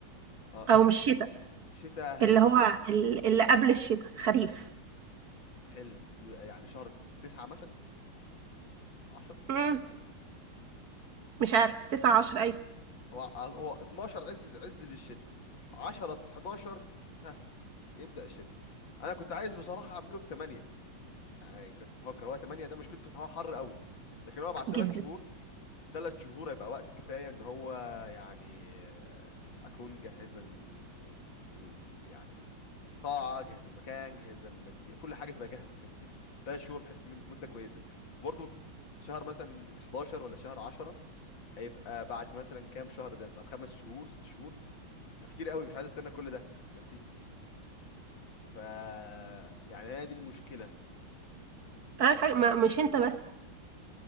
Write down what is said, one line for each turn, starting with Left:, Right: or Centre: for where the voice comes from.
Left: اه
Right: او
Left: شتاء
Right: مش شتاء
Left: شتاء
Right: اللي
Left: هيبقى
Right: هو ال- اللي قبل الشتاء خريف
Left: حلو يبقى يعني شهر تسعة مثلا 10
Right: مم. مش عارف تسعة عشر ايوه
Left: هو هو 12 عز عز للشتاء 10 11 ها يبدأ الشتاء انا كنت عايز بصراحة اعمله في 8 يعني كنت بفكر هو 8 ده مشكلته ان هو حر قوي لكن هو بعد 3
Right: جدا
Left: شهور 3 شهور هيبقى وقت كفاية ان هو يعني آه، اكون جهزنا ال... ال... يعني القاعة جهزنا المكان جهزنا المادية كل حاجة تبقى جاهزة فهمتي 3 شهور بحس من- مدة كويسة وبرضه شهر مثلا 11 ولا شهر 10 هيبقى بعد مثلا كام شهر ده بعد خمس شهور ست شهور فكتير قوي مش عايز استنى كل ده فهمتي ف يعني هي دي المشكله
Right: أنا
Left: أم،
Right: حاجة ما مش انت بس